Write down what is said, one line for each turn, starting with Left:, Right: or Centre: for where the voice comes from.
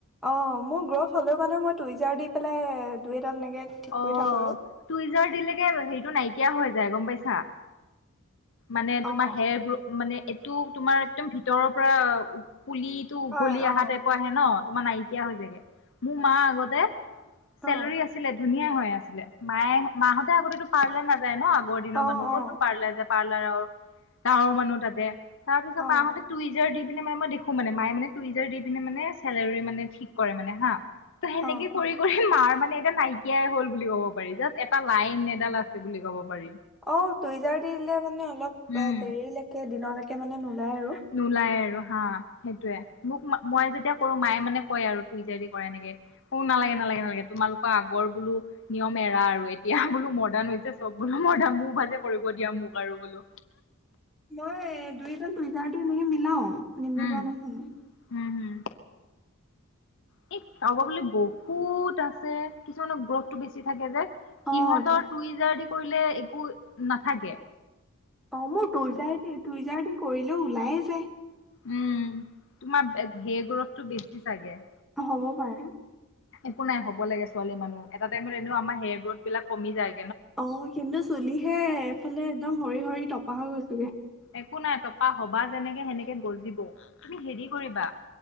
Centre: অ মোৰ গ্ৰথ হলেও মানে মই টুইজাৰ দি পেলাই এডাল এনেকে ঠিক
Left: অ',
Centre: কৰি থাকো আৰু
Left: তুইজাৰ দিলেকে হেৰিটো নাইকিয়া হয়। যায় গম পাইছা। মানে
Centre: অ
Left: তোমাৰ হেয়াৰ গ্ৰথ মানে এইটো তোমাৰ একদম ভিতৰৰ পৰা পুলিটো উঘলি
Centre: হয় অ
Left: অহা টাইপৰ আহে ন। তোমাৰ নাইকিয়া হৈ যায়গে, মোৰ মা আগতে চেলেৰি
Centre: অ
Left: আছিলে ধুনীয়া হৈ আছিলে মায়ে মাহতে আগতেতো পাৰ্লাৰ নাযা যায় ন আগৰ দিনৰ
Centre: অ
Left: মানুহ
Centre: অ
Left: কতনো পাৰ্লাৰ যাব। পাৰ্লাৰৰ গাৱৰ মানুহ তাতে। তাৰ পিছত
Centre: অ
Left: মাহঁতে টুইজাৰ দি মানে মই দেখো মানে মায়ে মানে টুইজাৰ দি পিনে মানে চেলেউৰী মানে ঠিক কৰে মানে হা ত সেনেকে
Centre: অ
Left: কৰি কৰি মাৰ মানে এতিয়া নাই কিয়াই হল বুলি ক'ব পাৰি জাষ্ট এটা লাইন এডাল আছে বুলি ক'ব পাৰি।
Centre: অ' টুইজাৰ দিলে মানে অলপ
Left: উম
Centre: দেৰিলেকে দিনলৈকে মানে নোলায় আৰু
Left: নোলায় আৰু। হা সেইটোয়ে, মোক মই যেতিয়া কৰো মায়ে মানে কয় আৰু তই যদি কৰা এনেকে নালাগে নালাগে নালাগে তোমালোকৰ আগৰ বোলো নিয়ম এৰা আৰু এতিয়া বোলো মডাৰ্ণ হৈছে চব বোলো, মডাৰণ মোৰ ভাজে কৰিব দিয়া মোক আৰু বোলো।
Centre: মই দুই এজন দুইটাৰটো এনেকে মিলাও। নিমিলোৱা
Left: উম
Centre: নহয়ে।
Left: উম হম এই কাৰাবাবোলে বহুত আছে, কিছুমানৰ গ্ৰথ টো বেছি থাকে যে
Centre: অ
Left: সিহঁতৰ তুইযাৰ দি। কৰিলে একো নাথাকে।
Centre: অ' মোৰ তোইযাৰ দি তোইজাৰ দি কৰিলেও ওলাইে যায়।
Left: উম তোমাৰ হেই গ্ৰথতটো বেছি চাগে।
Centre: হ'ব পাৰে।
Left: একো নাই হব লাগে, ছোৱালী মানুহ এটা টাইমত এনেও আমাৰ হেয়াৰ গ্ৰথ বিলাক কমি যায়।
Centre: অ' কিন্তু চুলিহে এফালে একদম। সৰি সৰি টপা হৈ গৈছো।
Left: একো নাই তপা হবা যেনেকে সেনেকে। গজিব তুমি হেৰি কৰিবা।